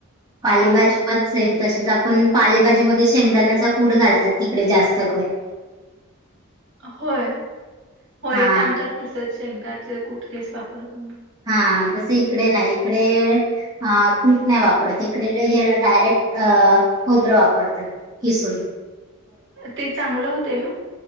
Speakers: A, on the right; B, on the right.
A: पालेभाजी
B: हा हा
A: पण सेम तशीच आपण पालेभाजी मध्ये शेंगदाण्याचा कुट घालतात तिकडे जास्त करून.
B: होय हो
A: हा
B: इथ आमच्यात तसच शेंगाच कुट तेच वापरतात.
A: हा तस इकडे नाही इकडे अ कूट नाही वापरत इकडे हे डायरेक्ट अ खोबर वापरतात. किसूण
B: ते चांगल होतय ना?